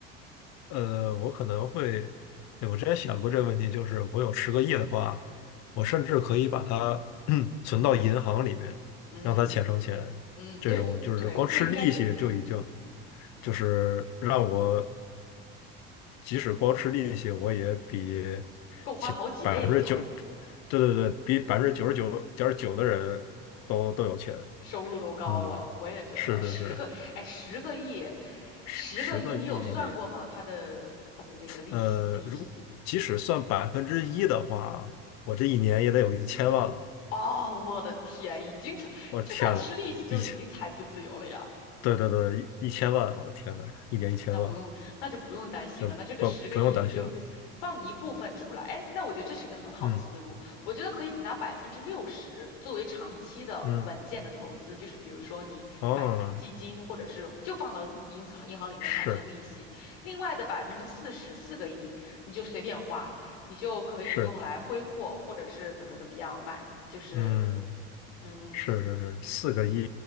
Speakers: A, on the left (about 60°); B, on the left (about 80°).
A: 呃，我可能会，对我之前想过这个问题，就是我有十个亿的话，我甚至可以把它 <clears throat> 存到银行里面，
B: 嗯
A: 让它钱生钱。
B: 嗯，
A: 这种就是光吃利息就已经，
B: 对对，这应该是嗯，
A: 就是让我即使光吃利息，我也比
B: 够花好几辈子了，
A: 其百分之九，对对对，比百分之九十九点九的人都都有钱。
B: 收入都高了，
A: 嗯，
B: 我也觉得十个哎十个亿，
A: 是是是，十十个亿。
B: 十个亿，你有算过吗？它的它的那个利息利息
A: 呃，如即使算百分之一的话，我这一年也得有一千万了。
B: 哦，我的天，已经就算吃利息就已经财富自由了呀。
A: 我天呐，一千，对对对，一千万！我天呐，一年一千万，
B: 那不用，那就不用担心了。
A: 就不不用担心了。
B: 那这个十个亿你就放一部分出来，哎，那我觉得这是一个很好的思路。
A: 嗯
B: 我觉得可以拿百分之六十作为长期的稳健的投资，
A: 嗯，
B: 就是比如说你买基金，
A: 哦，
B: 或者是就放到银行银行里面产生利息。
A: 是
B: 另外的百分之四十，四个亿你就随便花，你就可以用来挥霍，
A: 是，
B: 或者是怎么怎么样买，就是
A: 嗯，
B: 嗯，
A: 是是是，四个亿，